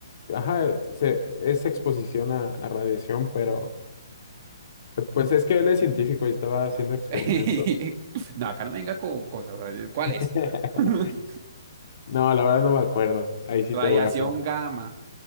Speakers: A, on the left; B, on the right.
A: Ajá, se, es exposición a, a radiación, pero Pues es que él es científico y estaba haciendo experimentos.
B: <laughs> No, acá no me venga con cosas. eh, ¿Cuál
A: <laughs>
B: es? <laughs>
A: No, la verdad no me acuerdo. Ahí sí
B: Radiación
A: te voy a fallar.
B: gamma.